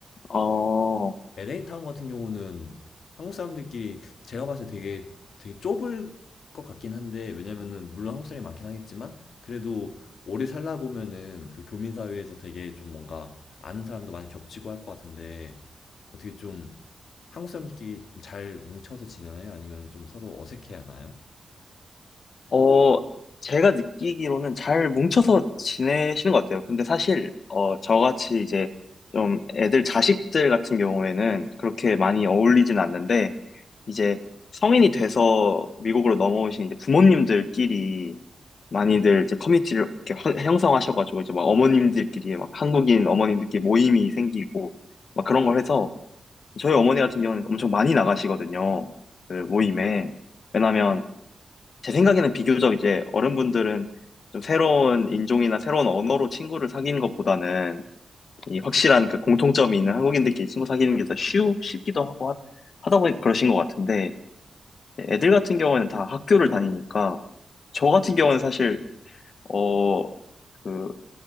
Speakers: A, on the left; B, on the left.
A: 어,
B: LA 타운 같은 경우는 한국 사람들끼리 제가 봤을 때 되게 되게 좁을 것 같긴 한데 왜냐면은 물론 한국 사람이 많긴 하겠지만 그래도 오래 살다 보면은 그 교민 사회에서 되게 좀 뭔가 아는 사람도 많이 겹치고 할 것 같은데 어떻게 좀 한국 사람들끼리 좀 잘 뭉쳐서 지내나요? 아니면 좀 서로 어색해 하나요?
A: 어, 제가 느끼기로는 잘 뭉쳐서 지내시는 것 같아요. 근데 사실, 어, 저같이 이제 좀 애들 자식들 같은 경우에는 그렇게 많이 어울리진 않는데, 이제 성인이 돼서 미국으로 넘어오신 이제 부모님들끼리 많이들 이제 커뮤니티를 이렇게 허- 형성하셔가지고 이제 막 어머님들끼리 막 한국인 어머님들끼리 모임이 생기고 막 그런 걸 해서 저희 어머니 같은 경우는 엄청 많이 나가시거든요. 그 모임에. 왜냐면 제 생각에는 비교적 이제 어른분들은 좀 새로운 인종이나 새로운 언어로 친구를 사귀는 것보다는 이 확실한 그 공통점이 있는 한국인들끼리 친구 사귀는 게 더 쉬우, 쉽기도 하고 하, 하다 보니 그러신 것 같은데 애들 같은 경우에는 다 학교를 다니니까 저 같은 경우는 사실 어, 그